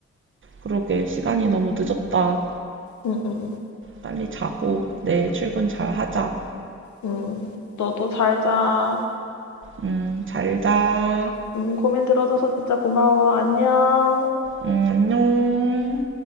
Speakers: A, on the right; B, on the left.
A: 그러게. 시간이 너무 늦었다.
B: 응, 응, 응.
A: 빨리 자고 내일 출근 잘 하자.
B: 응. 너도 잘 자.
A: 응, 잘 자.
B: 음, 고민 들어줘서 진짜 고마워. 안녕.
A: 응, 안녕.